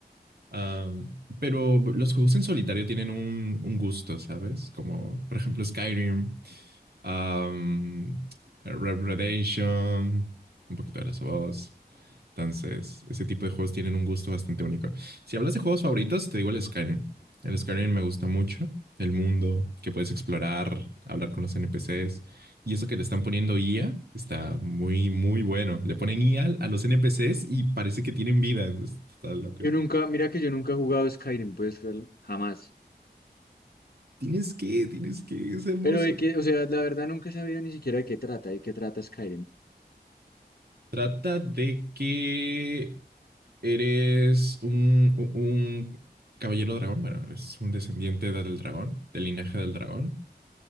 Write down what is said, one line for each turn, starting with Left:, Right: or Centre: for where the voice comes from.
Right: Am, pero los juegos en solitario tienen un, un gusto, ¿sabes? Como, por ejemplo, Skyrim, am, Red Dead Redemption, un poquito de las of Us. Entonces, ese tipo de juegos tienen un gusto bastante único. Si hablas de juegos favoritos, te digo el Skyrim. El Skyrim me gusta mucho. El mundo que puedes explorar, hablar con los NPCs. Y eso que le están poniendo IA está muy, muy bueno. Le ponen IA a a los NPCs y parece que tienen vida. Entonces, está loco.
Left: Yo nunca, mira que yo nunca he jugado Skyrim, puedes rel- jamás.
Right: Tienes que, tienes que, es hermoso.
Left: Pero de que, o sea, la verdad nunca he sabido ni siquiera de qué trata, de qué trata Skyrim.
Right: Trata de que eres un, un caballero dragón, bueno, eres un descendiente del dragón, del linaje del dragón